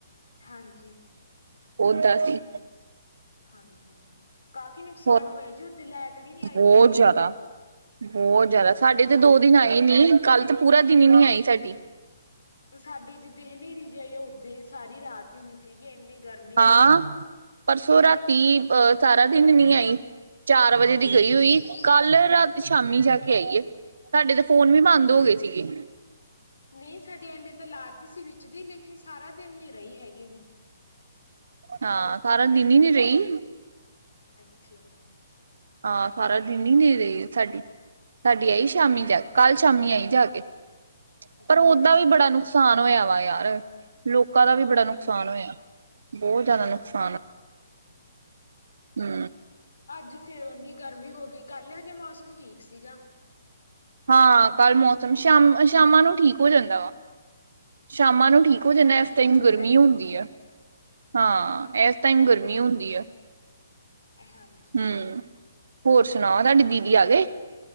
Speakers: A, on the left (about 80°); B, on the right (about 70°).
A: ਹਾਂਜੀ
B: ਓਹ ਤਾ ਸੀ।
A: ਹਾਂਜੀ ਕਾਫ਼ੀ ਨੁਕਸਾਨ
B: ਹੋਰ
A: ਹੋਇਆ ਜੀ ਓਹਦੇ ਲੈਟ ਵੀ ਨੀ ਆਈ
B: ਬਹੁਤ
A: ਹੈਗੀ
B: ਜ਼ਿਆਦਾ ਬਹੁਤ
A: ਹਾਂਜੀ
B: ਜ਼ਿਆਦਾ ਸਾਡੇ ਤੇ ਦੋ ਦਿਨ ਆਏ ਨੀ ਕੱਲ ਤਾਂ ਪੂਰਾ ਦਿਨ ਹੀ ਨੀ ਆਈ ਸਾਡੀ
A: ਸਾਡੇ ਜਿੱਦਾਂ ਹਨੇਰੀ ਜਈ ਆ ਉਦਾਂ ਹੀ ਸਾਰੀ ਰਾਤ ਹੀ ਨੀ ਸੀਗੀ ਇੰਨੀ ਗਰਮੀ
B: ਹਾਂ
A: ਸੀਗੀ
B: ਪਰਸੋਂ ਰਾਤੀ ਅਹ ਸਾਰਾ ਦਿਨ ਨੀ ਆਈ ਚਾਰ ਵਜੇ ਦੀ
A: ਹਾਂਜੀ।
B: ਗਈ ਹੋਈ ਕੱਲ
A: ਹਾਂਜੀ,
B: ਰਾਤ ਸ਼ਾਮੀ ਜਾ ਕੇ ਆਈਏ ਸਾਡੇ ਤਾਂ ਫੋਨ ਵੀ
A: ਹਾਂਜੀ।
B: ਬੰਦ ਹੋ ਗਏ ਸੀ। ਠੀਕ
A: ਨਹੀਂ ਸਾਡੇ ਐਵੇਂ ਤਾਂ ਲਾਤੀ ਸੀ ਵਿੱਚ ਦੀ, ਲੇਕਿਨ ਸਾਰਾ ਦਿਨ ਨੀ ਰਹੀ ਹੈਗੀ ਗੀ।
B: ਹਾਂ, ਸਾਰਾ ਦਿਨ ਹੀ ਨੀ ਰਹੀ।
A: ਅੱਛਾ!
B: ਹਾਂ, ਸਾਰਾ ਦਿਨ ਹੀ ਨਹੀਂ ਰਹੀ ਸਾਡੀ, ਸਾਡੀ ਆਈ ਸ਼ਾਮੀ
A: ਹਾਂ
B: ਜਾ ਕੇ। ਕੱਲ੍ਹ ਸ਼ਾਮੀ ਆਈ ਜਾ ਕੇ,
A: ਅੱਛਾ
B: ਪਰ ਓਦਾ
A: ਜੀ,
B: ਵੀ ਬੜਾ ਨੁਕਸਾਨ ਹੋਇਆ ਵਾ ਯਾਰ। ਲੋਕਾਂ ਦਾ ਵੀ
A: ਹਾਂਜੀ,
B: ਬੜਾ ਨੁਕਸਾਨ ਹੋਇਆ, ਬਹੁਤ ਜ਼ਿਆਦਾ
A: ਹਾਂਜੀ।
B: ਨੁਕਸਾਨ। ਹੂੰ।
A: ਅੱਜ ਫੇਰ ਓਨੀ ਗਰਮੀ ਹੋ ਗਈ, ਕੱਲ ਹਜੇ ਮੌਸਮ ਠੀਕ ਸੀਗਾ।
B: ਹਾਂ, ਕੱਲ ਮੌਸਮ, ਸ਼ਾਮ-ਸ਼ਾਮਾਂ ਨੂੰ ਠੀਕ ਹੋ ਜਾਂਦਾ ਵਾ। ਸ਼ਾਮਾਂ ਨੂੰ ਠੀ ਕ ਹੋ ਜਾਂਦਾ,
A: ਹਾਂਜੀ
B: ਐਸ ਟਾਈਮ
A: ਸ਼ਾਮ
B: ਗਰਮੀ
A: ਪੈ
B: ਹੁੰਦੀ ਆ। ਹਾਂ,
A: ਹਾਂਜੀ,
B: ਐਸ ਟਾਈਮ ਗਰਮੀ ਹੁੰਦੀ ਆ।
A: ਹਾਂਜੀ।
B: ਹੂੰ, ਹੋਰ ਸੁਣਾਓ ਤਾਡੀ ਦੀਦੀ ਆ ਗਏ?